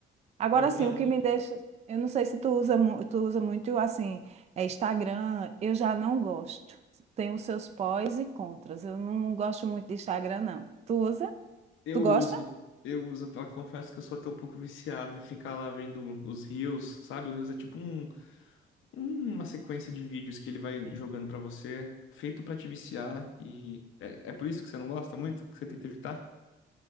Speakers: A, on the right; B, on the left.
A: Agora
B: Verdade.
A: sim, o que me deixa. Eu não sei se tu usa, mu- tu usa muito assim, é Instagram, eu já não gosto. Tem os seus pós e contras. Eu não gosto muito de Instagram, não. Tu usa?
B: Eu
A: Tu gosta?
B: uso, eu uso, pra- confesso que eu sou até um pouco viciado em ficar lá vendo os reels, sabe? Os reels é tipo um, uma sequência de vídeos que ele vai jogando pra você, feito pra te viciar, e é, é por isso que você não gosta muito, que você tenta evitar?